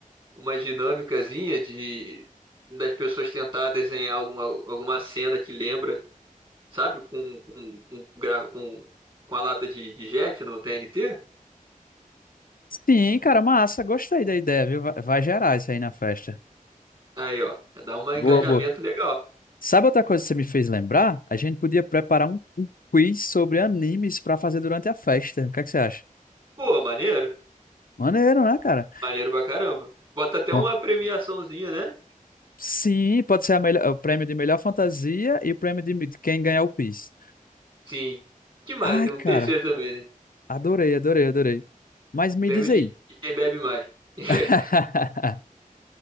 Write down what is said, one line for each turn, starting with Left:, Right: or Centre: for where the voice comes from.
Right: uma dinâmicazinha de das pessoas tentar desenhar alguma, alguma cena que lembra, sabe? Com, com, com, gra- com, com a lata de, de jet no TNT.
Left: Sim, cara, massa. Gostei da ideia, viu? Vai, vai gerar isso aí na festa.
Right: Aí, ó, dá um engajamento
Left: Boa, boa.
Right: legal.
Left: Sabe outra coisa que você me fez lembrar? A gente podia preparar um, um quiz sobre animes pra fazer durante a festa. O que é que você acha?
Right: Pô, maneiro.
Left: Maneiro, né, cara?
Right: Maneiro pra caramba. Bota até
Left: Bom,
Right: uma premiaçãozinha, né?
Left: Sim, pode ser a melhor- o prêmio de melhor fantasia e o prêmio de de quem ganhar o quiz.
Right: Sim. Que mais?
Left: Ai,
Right: Tem um
Left: cara.
Right: terceiro também, né?
Left: Adorei, adorei, adorei. Mas me
Right: Prêmio
Left: diz
Right: de,
Left: aí.
Right: de quem bebe mais. <laughs>
Left: <laughs>